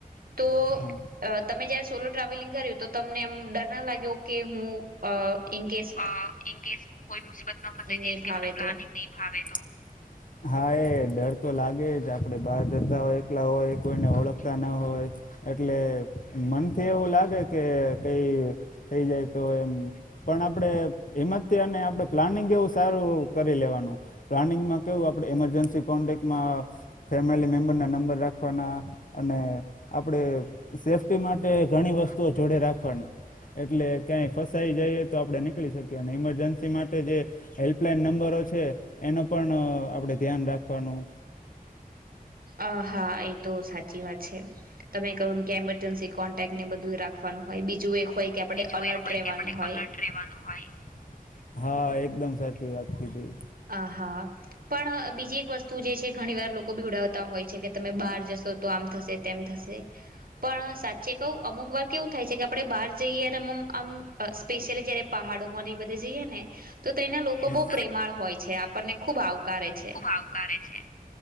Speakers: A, on the right; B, on the left.
A: તો
B: હા
A: તમે જયારે સોલો ટ્રાવેલિંગ કર્યું. તો તમને એમ ડર ના લાગ્યો કે હું in case
B: uh in case કોઈ મુસીબત માં ફસાઈ જઈશ
A: નહીં ફાવે
B: કે મને પ્લાનિંગ
A: તો
B: ની ફાવે તો હા એ ડર તો લાગે જ આપડે બહાર જતા હોય એકલા હોય કોઈને ઓળખતા ના હોય. એટલે મનથી એવું લાગે કે કઈ થઈ જાય તો એમ પણ આપણે હિંમતથી અને આપડે પ્લાનિંગ એવું સારું કરી લેવાનું. પ્લાનિંગમાં કેવું આપડે એમરજન્સી કોન્ટેક્ટમાં ફેમિલી મેમ્બર ના નંબર રાખ પણ આ અને આપણેે સેફ્ટી માટે ઘણી વસ્તુઓ જોડે રાખવાની એટલે ક્યાંય ફસાઈ જઈએ તો આપણે નીકળી શકીએ અને ઇમરજન્સી માટે જે હેલ્પલાઈન નંબરો છે એનો પણ આપડે ધ્યાન રાખવાનું
A: અ હા તો સાચી વાત છે તમે કહ્યું કે ઇમરજન્સી કોન્ટેક્ટ ને બધું રાખવાનું હોય બીજું એક હોય કે આપણે
B: જો
A: અલર્ટ
B: એક હોય
A: રહેવાનું
B: કે આપણે
A: હોય
B: એલર્ટ રહેવાનું હોય હા એકદમ સાચી વાત કીધી
A: આ હા પણ બીજી એક વસ્તુ જે છે ઘણી વાર લોકો બીવડાવતા હોય છે કે તમે બહાર જશો તો આમ થશે તેમ થશે પણ સાચે કહુ અમુક વાર કેવું થાય છે કે આપડણે બહાર જઈએ આમ સ્પેશિયલી જયારે પહાડોમાંને બધે જઈએ ને તો તેના લોકો
B: હા
A: બહુ પ્રેમાળ હોય છે આપણને ખુબ આવકારે છે
B: આવકારે છે